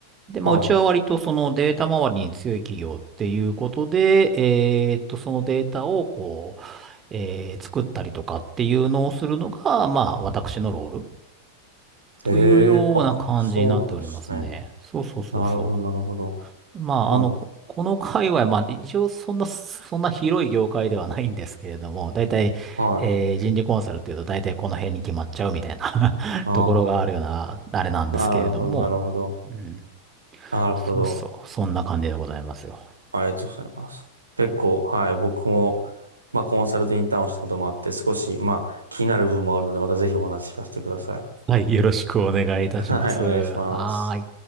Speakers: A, on the right (about 25°); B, on the right (about 80°).
A: で、まあ、
B: は
A: うちは割とそのデータ周りに強い企業っていうことで、えっと、そのデータを、こう、えー作ったりとかっていうのをするのが、まあ、私のロール。というような感じになっておりますね。
B: い。へえ。あ、そうなんですね。
A: そうそうそうそ
B: なるほど、なるほど。
A: う。まあ、
B: ま
A: あの、こ、この界隈、まあ、一応そんな、そんな広い業界ではないんですけれども、大体、
B: はい。
A: えー人事コンサルっていうと大体この辺に決まっちゃうみたいな <laughs>
B: ああ。
A: ところがあるような、あれなんですけれども、
B: なるほど、なるほど。
A: うん。
B: なるほど。
A: そうそう、そんな感じでございますよ。
B: ありがとうございます。結構、はい、僕も、まあ、コンサルでインターンをしたこともあって、少し、まあ、気になる部分もあるので、またぜひお話聞かせてください。
A: はい、よろしくお願いいたします。
B: はい、お願いします。
A: はーい。